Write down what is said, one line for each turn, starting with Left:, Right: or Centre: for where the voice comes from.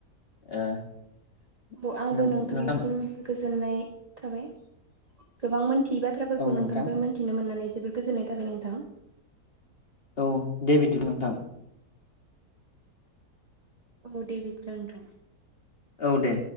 Left: ओ
Right: औ आंबो
Left: नों
Right: नोंथांनिसिम
Left: नोंथां
Right: गोजोननाय थाबाय। गोबां मोनथियै बाथ्राफोरखौ
Left: औ नोंथां
Right: नोंथांनिफ्राय मोन्थिनो मोननानै जोबोर गोजोननाय थाबाय नोंथां।
Left: औ दे बिदिबा नोंथां।
Right: औ दे बिदिब्ला नोंथां।
Left: औ दे।